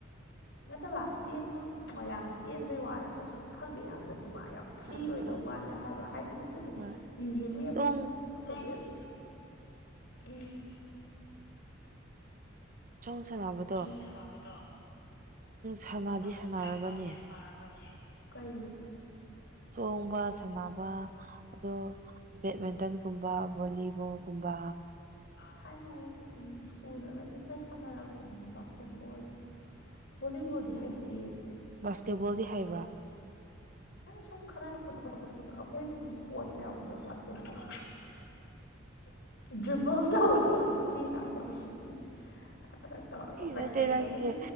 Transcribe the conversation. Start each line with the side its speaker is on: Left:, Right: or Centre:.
Left: ꯅꯠꯇꯕ ꯆꯦꯟꯕ ꯌꯥꯝ ꯆꯦꯟꯕꯩ ꯋꯥ ꯅꯠꯇ꯭ꯔꯒ ꯁꯨꯝ ꯈꯪꯗꯦ ꯌꯥꯝꯅ ꯅꯨꯡꯉꯥꯏ ꯌꯥꯝ ꯐ꯭ꯔꯤ
Right: ꯑꯥ
Left: ꯑꯣꯏꯗꯧ ꯋꯥꯠꯂꯦ ꯍꯥꯏꯕ ꯍꯥꯏꯕꯗꯤ ꯅꯠꯇꯗꯤ
Right: ꯍꯣꯏ
Left: ꯌꯨꯖ꯭ꯋꯦꯜꯂꯤ ꯑꯩꯈꯣꯏ
Right: ꯆꯣꯡ
Left: ꯑꯣꯄꯗꯤ <unintelligible> ꯑꯗꯨ ꯎꯝ
Right: ꯆꯣꯡꯁꯅꯥꯕ
Left: ꯁꯅꯕꯗꯣ
Right: ꯁꯥꯟꯅꯗꯤ
Left: ꯅꯪ
Right: ꯁꯥꯟꯅꯔꯕꯅꯦ
Left: ꯁꯅꯗꯤ ꯁꯥꯟꯅꯔꯕꯅꯦ ꯀꯔꯤ
Right: ꯆꯣꯡꯕ ꯁꯥꯟꯅꯕ ꯑꯗꯣ ꯕꯦꯠꯃꯤꯟꯇꯟꯒꯨꯝꯕ ꯚꯣꯂꯤꯕꯣꯜꯒꯨꯝꯕ
Left: ꯊꯥꯏꯅ ꯑꯩ ꯁ꯭ꯀꯨꯜꯗꯒꯗꯤ ꯈꯔ ꯁꯥꯟꯅꯔꯛꯄꯅꯤ ꯕꯥꯁ ꯀꯦꯠꯕꯣꯜ ꯕꯣꯂꯤꯕꯣꯜꯗꯤ ꯍꯩꯇꯦ ꯑꯩ
Right: ꯕꯥꯁꯀꯦꯠꯕꯣꯜꯗꯤ ꯍꯩꯕ꯭ꯔꯥ
Left: ꯁꯨꯝ ꯈꯔ ꯀꯣꯗꯣꯛ ꯀꯣꯗꯣꯛ ꯀꯣꯗꯣꯛ ꯀꯣꯗꯣꯛ ꯑꯩꯈꯣꯏ ꯁꯨꯝ ꯄꯣꯠꯁꯦ ꯌꯥꯎꯕꯗꯣ ꯕꯥꯁꯀꯦꯠꯕꯣꯜ ꯗ꯭ꯔꯤꯕꯜꯁ ꯇꯧꯕꯗꯣ ꯃꯁꯤ ꯀꯥꯁꯦ ꯌꯥꯝ ꯎꯁꯤꯠꯇꯦ ꯀꯣꯗꯣꯛ ꯀꯣꯗꯣꯛ ꯀꯣꯗꯣꯛ ꯇꯧꯔꯥ ꯄ꯭ꯔꯦꯛꯇꯤꯁ
Right: ꯅꯠꯇꯦ ꯅꯪꯒꯤ
Left: ꯀꯁꯦ